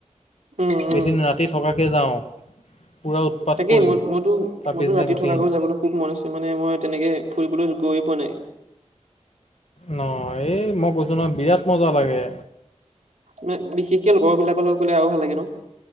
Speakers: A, on the right; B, on the left.
A: উম উম
B: এদিন ৰাতি থকাকে যাওঁ। পুৰা উৎপাত
A: তাকেই
B: কৰিম
A: মই মইতো
B: তাৰ
A: মইতো
B: পিছদিনা
A: ৰাতি
B: গুচি
A: থকাকৈ
B: আহিম
A: যাবলৈ খুব মন আছে। মানে মই তেনেকে ফুৰিবলৈ গৈয়ে পোৱা নাই।
B: ন এই মই কৈছো নহয় বিৰাট মজা লাগে।
A: মানে বিশেষকে লগৰ বিলাকলৈ গ'লে আৰু ভাল লাগে ন।